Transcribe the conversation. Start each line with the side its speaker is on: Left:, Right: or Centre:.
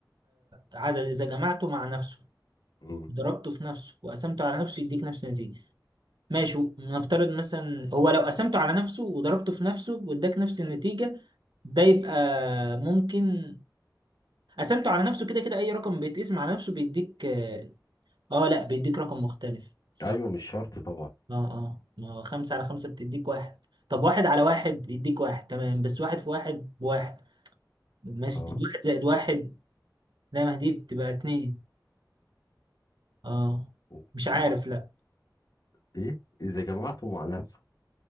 Right: عدد اذا جمعته مع نفسه
Left: مم.
Right: ضربته في نفسه وقسمته على نفسه يديك نفس النتيجه ماشي نفترض مثلا هو لو قسمته على نفسه وضربته في نفسه واداك نفس النتيجه ده يبقى ممكن قسمته على نفسه كده كده اي رقم بيتقسم على نفسه بيديك اه آه، لا بيديك رقم مختلف صح
Left: ايوه مش شرط طبعا
Right: اه اه ما هو خمسة على خمسة بتديك واحد طب واحد على واحد بيديك واحد تمام بس واحد في واحد بواحد ماشي
Left: اه
Right: طب واحد زائد واحد لا ما دي بتبقى اتنين اه
Left: و-
Right: مش عارف
Left: مم.
Right: لا
Left: ايه اذا جمعته مع نفسه